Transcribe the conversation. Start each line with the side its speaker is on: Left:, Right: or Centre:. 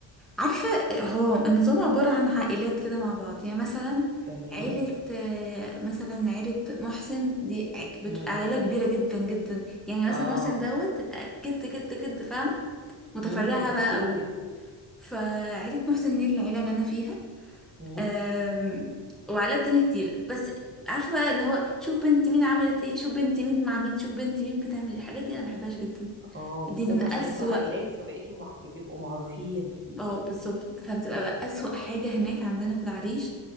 Centre: عارفة هو النظام عبارة عن عائلات كده مع بعض يعني مثلا
Right: تمام
Centre: عيلة آه، مثلا عيلة محسن دي ع- بتبقى
Right: امم
Centre: عيلة كبيرة جدا جدا يعني
Right: اه
Centre: مثلا محسن دوت تبقى جد جد جد فاهم متفرعة
Right: امم اوكي
Centre: بقى قوي فعيلة محسن دي العيلة اللي أنا فيها
Right: امم
Centre: آم، وعائلات تانية كتير بس عارفة بقى اللي هو شوف بنت مين عملت ايه شوف بنت مين مع مين شوف بنت مين بتعمل ايه الحاجات دي أنا مبحبهاش جدا
Right: اه بالذات
Centre: دي من
Right: عشان
Centre: أسوأ
Right: انتوا عائلات فبقيتوا مع... بتبقوا معروفين
Centre: اه بالظبط فبتبقى بقى أسوأ حاجة هناك عندنا في العريش